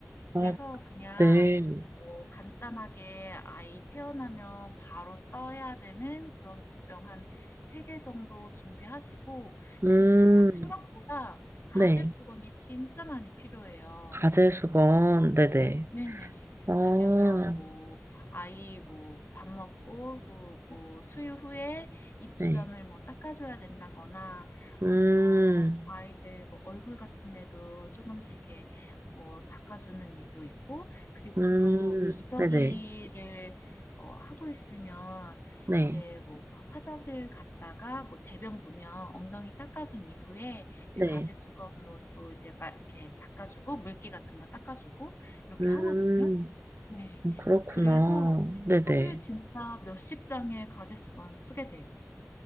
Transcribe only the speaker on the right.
아,
네.
음,
네.
가제수건, 네네.
아,
네.
음,
음,
네네.
네,
네.
음.
음, 그렇구나.
네네.